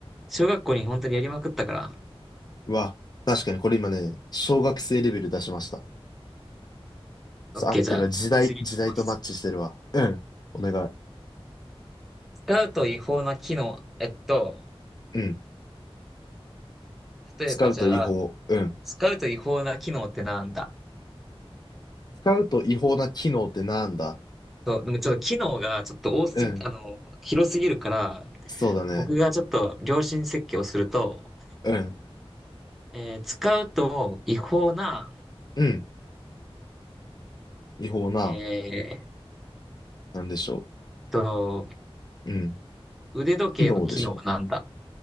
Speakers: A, in the centre; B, on the left (about 40°).
A: 小学校に本当にやりまくったから。
B: うわ、確かにこれ今ね、小学生レベル出しました。そう合ってるわ。
A: オッケー、じゃあ、
B: 時代、
A: 次いきます。
B: 時代とマッチしてるわ。うん。お願い。
A: 使うと違法な機能。えっと、
B: うん。
A: 例えばじゃあ、
B: 使うと違法。うん。
A: 使うと違法な機能ってなんだ
B: 使うと違法な機能ってなんだ
A: そう、でもちょっと機能がちょっと多すぎ、
B: うん。
A: あの、広すぎるから、
B: そうだね。
A: 僕がちょっと良心設計をすると、
B: うん。
A: えー使うと違法な、
B: うん。違法な、
A: えーっ
B: なんでしょ
A: と、
B: う。うん。
A: 腕時計の機能はなんだ。
B: 機能でしょ